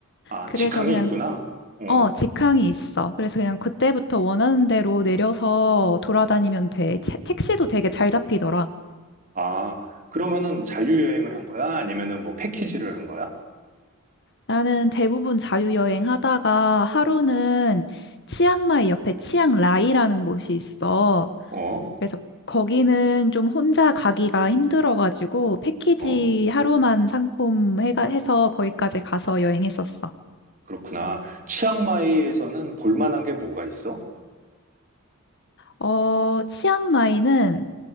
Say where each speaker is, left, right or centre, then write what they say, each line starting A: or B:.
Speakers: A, on the right (about 35°); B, on the left (about 50°).
A: 아,
B: 그래서
A: 직항이
B: 그냥,
A: 있구나. 어.
B: 어, 직항이 있어. 그래서 그냥 그때부터 원하는 대로 내려서 돌아다니면 돼. 채- 택시도 되게 잘 잡히더라.
A: 아, 그러면은 자유여행을 한 거야? 아니면은 뭐 패키지를 한 거야?
B: 나는 대부분 자유여행 하다가 하루는 치앙마이 옆에 치앙라이라는 곳이 있어.
A: 어?
B: 그래서 거기는 좀 혼자 가기가 힘들어가지고 패키지
A: 어?
B: 하루만 상품 해가, 해서 거기까지 가서 여행했었어.
A: 그렇구나. 치앙마이에서는 볼 만한 게 뭐가 있어?
B: 어, 치앙마이는